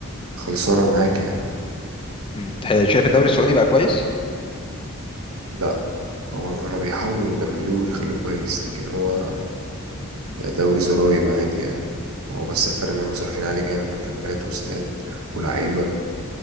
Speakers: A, on the right (about 70°); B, on the left (about 25°).
A: خلصانة معاك يعني
B: مم. تح- شايف الدوري السعودي بقى كويس
A: لا هو هما بيحاولوا يجملوه ويخلوه كويس لكن هو دوري زرايب عادي يعني هو بس الفرق ان هم صارفين عليه جامد كاميرات واستاد ولعيبة